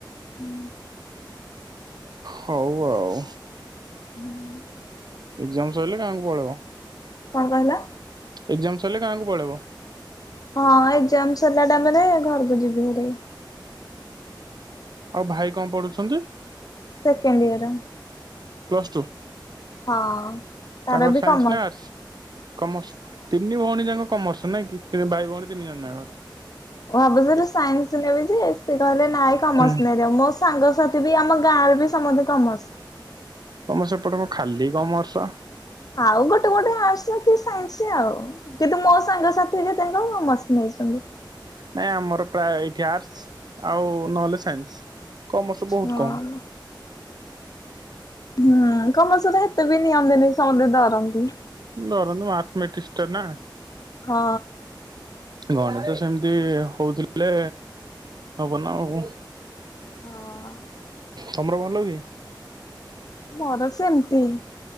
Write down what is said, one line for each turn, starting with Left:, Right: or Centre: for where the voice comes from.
Left: ହୁଁ।
Right: ହଉ ଆଉ।
Left: ହୁଁ।
Right: ଏକ୍ଜାମ ସରିଲେ ଗାଆଁ କୁ ପଳେଇବ?
Left: କଣ କହିଲ?
Right: ଏକ୍ଜାମ ସରିଲେ ଗାଆଁ କୁ ପଳେଇବ।
Left: ହଁ ଏକଜାମ୍ ସରିଲା ଟାଇମ୍ ରେ ଘରକୁ ଯିବି ଭାରି।
Right: ଆଉ ଭାଇ କଣ ପଢୁଛନ୍ତି?
Left: Second year.
Right: Plus two.
Left: ହଁ ତାର
Right: ତାଙ୍କର
Left: ବି
Right: ସାଇନ୍ସ
Left: କମର୍ସ
Right: ନା ଆର୍ଟସ କମର୍ସ ତିନି ଭଉଣୀ ଯାଙ୍କ କମର୍ସ ନାଇଁ କିି ଭାଇ ଭଉଣୀ ତିନି ଜଣ ନାକ।
Left: ମୁଁ ଭାବୁଥିଲି ସାଇନ୍ସ ନେବି ଯେ ସେ କହିଲେ ନାଇଁ କମର୍ସ
Right: ହୁଁ
Left: ନେ଼ଇ ଜା ସ ସାଙ୍ଗସାଥି ବି ଆମ ଗାଁରେ ବି ସମସ୍ତେ କମର୍ସ।
Right: ତମ ସେପଟେ କଣ ଖାଲି କମର୍ସ।
Left: ଆଉ ଗୋଟେ ଗୋଟେ ଆର୍ଟସ କି ସାଇନ୍ସ ଆଉ। କିନ୍ତୁ ମୋ ସାଙ୍ଗସାଥି ଜେ ତାଙ୍କ କମର୍ସ ନେଇଛନ୍ତି।
Right: ନାଇଁ ଆମର ପ୍ରାୟ ଏଇଠି ଆର୍ଟସ୍ ଆଉ ନ ହେଲେ ସାଇନ୍ସ କମର୍ସ ବହୁତ
Left: ହଁ।
Right: କମ୍।
Left: ହୁଁ କମର୍ସ ଟା ହେତେ ବି ନିଅନ୍ତିନି ସମସ୍ତେ ଡରନ୍ତି।
Right: ଡରନ୍ତି ମାର୍ଥମେଟିଷ୍ଟ ଟା ନା।
Left: ହଁ।
Right: ଗଣିତ ସେମିତି ହୋଉଥିଲେ ହବ ନା ଆଉ।
Left: ହଁ।
Right: ତମର ଭଲ ହୁଏ?
Left: ମୋର ସେମିତି।